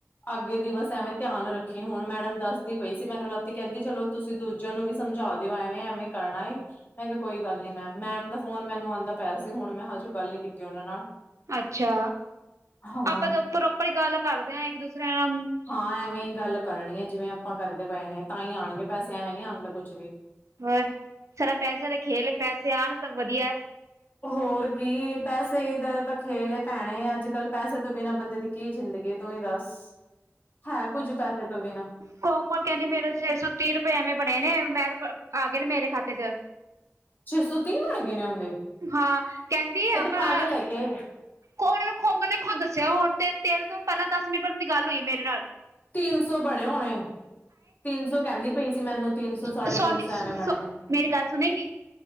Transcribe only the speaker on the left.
ਅੱਗੇ ਦੀ ਬਸ ਐਵੇਂ ਧਿਆਨ ਰੱਖੀ ਹੁਣ ਮੈਡਮ ਦੱਸਦੀ ਪਈ ਸੀ ਮੈਨੂੰ ਰਾਤੀ ਕਹਿੰਦੀ ਚਲੋ। ਤੁਸੀਂ ਦੂਜਿਆਂ ਨੂੰ ਵੀ ਸਮਝਾ ਦਿਓ ਐਵੇਂ-ਐਵੇਂ ਕਰਨਾ ਹੈ। ਮੈਂ ਕਿਹਾ ਕੋਈ ਗੱਲ ਨੀ ਮੈ ਮੈਮ ਦਾ ਫੋਨ ਮੈਨੂੰ ਆਉਂਦਾ ਪਿਆ ਸੀ ਹੁਣ ਮੈਂ ਹਜੇ ਗੱਲ ਨੀ ਕੀਤੀ ਉਹਨਾਂ ਨਾਲ।
ਹਾਂ
ਹਾਂ ਐਵੇਂ ਹੀ ਗੱਲ ਕਰਨੀ ਹੈ ਜਿਵੇਂ ਆਪਾਂ ਕਰਦੇ ਪਏ ਨੇ ਤਾਂ ਹੀ ਆਉਣਗੇ ਪੈਸੇ ਐਵੇਂ ਨੀ ਆਉਣਂਦੇ ਕੁਛ ਵੀ
ਹੋਰ ਕੀ ਪੈਸੇ ਤਾਂ ਖੇਲ ਏ ਭੈਣੇ ਅੱਜ ਕੱਲ ਪੈਸੇ ਤੋਂ ਬਿਨਾਂ ਬੰਦੇ ਦੀ ਕੀ ਜ਼ਿੰਦਗੀ। ਤੂੰ ਹੀ ਦੱਸ ਹੈ ਕੁੱਝ ਪੈਸੇ ਤੋਂ ਬਿਨਾ।
ਛੇ ਸੌ ਤੀਹ ਹੋ ਗਏ ਨੇ ਉਹਦੇ?
ਇਹ
ਤਾਂ ਪਾਗਲ ਹੈਗੇ
ਤਿੰਨ ਸੌ ਬਣੇ ਹੋਣੇ। ਤਿੰਨ ਸੌ ਕਹਿੰਦੀ ਪਈ ਸੀ ਮੈਨੂੰ ਤਿੰਨ ਸੌ ਸਾਢੇ
ਤਿੰਨ ਸੌ ਐਵੇਂ ਬਣੇ ਨੇ।